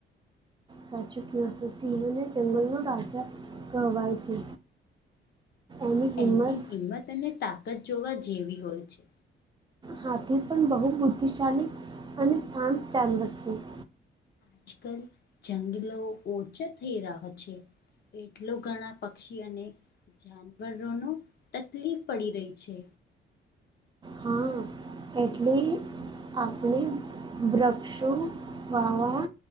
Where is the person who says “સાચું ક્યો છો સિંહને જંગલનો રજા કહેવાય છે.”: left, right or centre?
Right